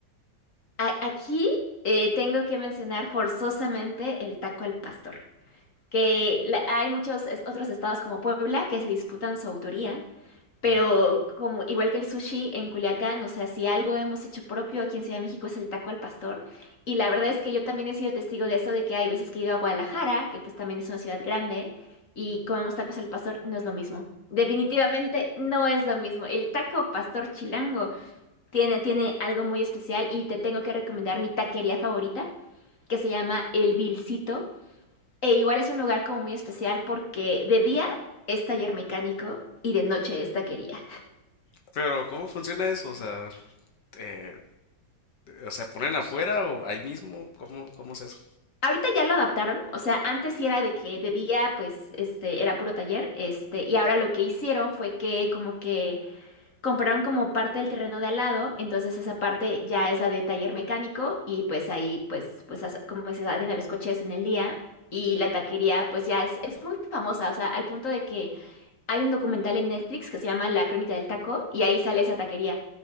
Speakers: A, on the left; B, on the left.
A: A- aquí eh, tengo que mencionar forzosamente el taco al pastor. que la- hay muchos es- otros estados como Puebla que se disputan su autoría, pero
B: Ujú.
A: como igual que el sushi en Culiacán, o sea, si algo hemos hecho propio aquí en Ciudad de México es el taco al pastor, y la verdad es que yo también he sido testigo de eso, de que hay veces que he ido a Guadalajara, que pues también es una ciudad grande, y comemos tacos al pastor, no es lo mismo. Definitivamente no es lo mismo. El taco pastor chilango tiene, tiene algo muy especial y te tengo que recomendar mi taquería favorita, que se llama El Vilcito e igual es un lugar como muy especial porque de día es taller mecánico y de noche es taquería.
B: Pero ¿cómo funciona eso? O sea, eh, o sea, ¿ponen afuera o ahí mismo? ¿Cómo, cómo es eso?
A: Ahorita ya lo adaptaron, o sea, antes sí era de que de día pues este era puro taller, este, y ahora lo que hicieron fue que como que compraron como parte del terreno de al lado, entonces esa parte ya es la de taller mecánico y pues ahí pues pues as- como se atienden los coches en el día y la taquería pues ya es es muy famosa, o sea, al punto de que hay un documental en Netflix que se llama La Crónica del Taco y ahí sale esa taquería.